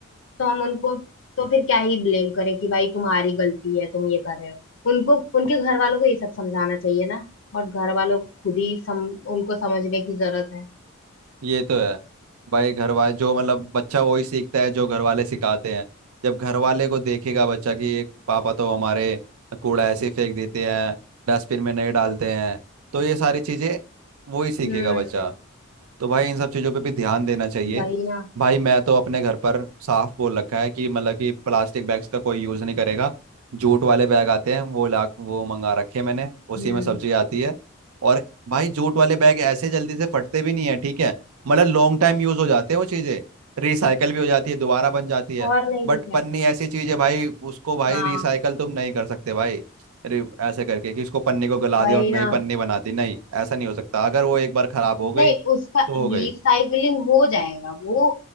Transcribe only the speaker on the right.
ये तो है भाई घर वाले जो मतलब बच्चा वही सीखता है जो घर वाले सिखाते हैं जब घर वाले को देखेगा बच्चा कि एक पापा तो हमारे कूड़ा ऐसे ही फेंक देते हैं डस्टबिन में नहीं डालते हैं तो ये सारी चीजें वही सीखेगा
बच्चा तो भाई इन सब चीज़ों पे भी ध्यान देना चाहिए
भाई मैं तो अपने घर पर साफ बोल रखा है कि मतलब कि प्लास्टिक बैग्स का कोई यूज़ नहीं करेगा जूट वाले बैग आते हैं वो ला वो मंगा रखे हैं मैंने उसी
में सब्जी आती है और भाई जूट वाले बैग ऐसे जल्दी से फटते भी नहीं है ठीक है मतलब लॉन्ग टाइम यूज़ हो जाते हैं वो चीज़ें रिसाइकल भी हो जाती है दोबारा बन जाती है
बट
पन्नी ऐसी चीज़ है भाई उसको भाई
रिसाइकल तुम नहीं कर सकते भाई रि- ऐसे करके कि इसको पन्नी को गला
दिया और नई
पन्नी बना दी नहीं ऐसा नहीं हो सकता अगर वो एक बार खराब हो गई
तो हो गई